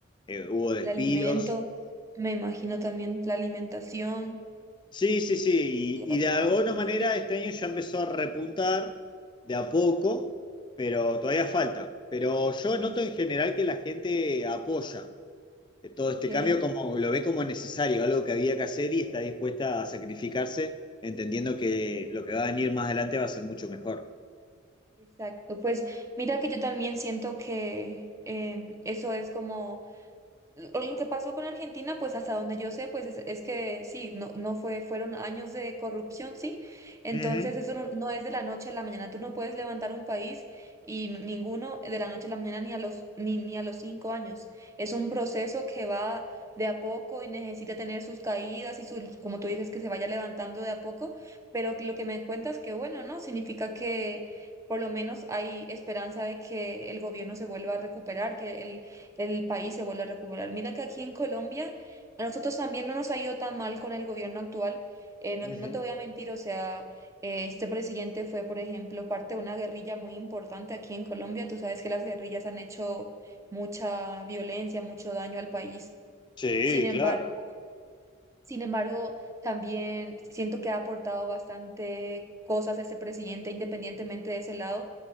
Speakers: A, on the left; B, on the right.
A: eh, hubo despidos.
B: el alimento, me imagino también la alimentación,
A: Sí, sí, sí,
B: la cantidad
A: y,
B: de
A: y de
B: trabajos.
A: alguna manera
B: ¿no?
A: este año ya empezó a repuntar de a poco, pero todavía falta. Pero yo noto
B: Es,
A: en general que la gente apoya eh, todo
B: ok,
A: este cambio como lo ve como necesario, algo que había que hacer y está dispuesta a sacrificarse, entendiendo que lo que va a venir más adelante va a ser mucho mejor.
B: exacto. Pues mira que yo también siento que em, eso es como Lo lo que pasó con Argentina, pues hasta donde yo sé, pues es, es que sí, no, no fue, fueron años de corrupción, sí. Entonces
A: Ujú,
B: eso no, no es de la noche a la mañana. Tú no puedes levantar un país y n- ninguno de la noche a la mañana ni a los, ni, ni a los cinco años. Es un proceso que va de a poco y necesita tener sus caídas y sus, como tú dices, que se vaya levantando de a poco. Pero lo que me cuentas que bueno, ¿no? Significa que por lo menos hay esperanza de que el gobierno se vuelva a recuperar, que el el país se vuelve a recuperar. Mira que aquí en Colombia a nosotros también no nos ha ido tan mal con el gobierno actual. Eh, no,
A: ujú.
B: no te voy a mentir, o sea, eh, este presidente fue, por ejemplo, parte de una guerrilla muy importante aquí en Colombia. Tú sabes que las guerrillas han hecho mucha violencia, mucho daño al país.
A: Sí,
B: Sin embargo,
A: claro.
B: sin embargo, también siento que ha aportado bastante cosas ese presidente, independientemente de ese lado.